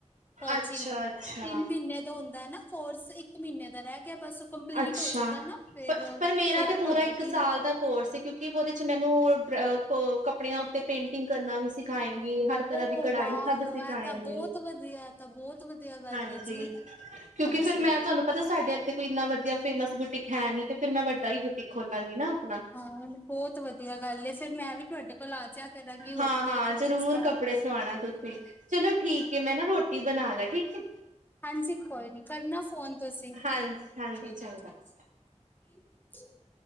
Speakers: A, on the left; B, on the right.
A: ਕੋਚਿੰਗ,
B: ਅੱਛਾ
A: ਤਿੰਨ
B: ਅੱਛਾ
A: ਮਹੀਨੇ ਦਾ ਹੁੰਦਾ ਨਾ ਕੋਰਸ ਇੱਕ ਮਹੀਨੇ ਦਾ ਰਹਿ ਗਿਆ ਬਸ ਕੰਪਲੀਟ
B: ਅੱਛਾ
A: ਹੋਜੇਗਾ ਨਾ ਫੇਰ-ਫੇਰ
B: ਪਰ ਮੇਰਾ ਤੇ ਪੂਰਾ
A: ਖੋਲੇਗੀ
B: ਇੱਕ ਸਾਲ ਦਾ ਕੋਰਸ ਕਿਉਂਕਿ ਉਹਦੇ ਚ ਮੈਨੂੰ ਅ ਪ ਕੱਪੜਿਆਂ ਉੱਤੇ ਪੇਂਟਿੰਗ ਕਰਨਾ ਵੀ ਸਿੱ ਖਾਏਗੇ ਹਰ ਤਰ੍ਹਾਂ
A: ਓ
B: ਦੀ ਕਢਾਈ
A: ਵਾਓ
B: ਸਭ ਸਿਖਾਂਏ
A: ਇਹ ਤਾਂ ਬਹੁਤ
B: ਗੇ
A: ਵਧੀਆ ਇਹ ਤਾਂ ਬਹੁਤ ਵਧੀਆ ਗੱਲ
B: ਹਾਂਜੀ
A: ਏ ਜੀ।
B: ਕਿਉਂਕਿ
A: ਹਾਂਜੀ।
B: ਫਿਰ ਮੈਂ ਤੁਹਾਨੂੰ ਪਤਾ ਸਾਡੇ ਇਥੇ ਕੋਈ ਇੰਨਾ ਵਧੀਆ ਫੇਮਸ ਬੂਟਿਕ ਹੈ ਨੀ ਫੇਰ ਮੈਂ ਵੱਡਾ ਹੀ ਬੂਟਿਕ ਖੋਲਾਂਗੀ ਨਾ ਆਪਣਾ
A: ਹਾਂ ਬਹੁਤ ਵਧੀਆ ਗੱਲ ਏ ਫੇਰ ਮੈਂ ਵੀ ਤੁਹਾਡੇ ਕੋਲ ਆ ਜਿਆ ਕਰਾਂਗੀ ਹੋਰ
B: ਹਾਂ
A: ਕੀ
B: ਹਾਂ
A: ਐ ਕੱਪੜੇ
B: ਜ਼ਰੂਰ
A: ਸਵਾਣ
B: ਕੱਪੜੇ ਸਵਾਣਾ ਤੁਸੀਂ ਚਲੋ ਠੀਕ ਐ ਮੈਂ ਨਾ ਰੋਟੀ ਬਣਾਲਾ ਠੀਕ ਐ
A: ਹਾਂਜੀ, ਕੋਈ ਨੀ ਕਰਨਾ ਫੋਨ ਤੁਸੀਂ
B: ਹਾਂਜੀ
A: ਠੀਕ-ਠੀਕ
B: ਹਾਂਜੀ ਚੰਗਾ
A: ਐ ਠੀਕ <inaudible>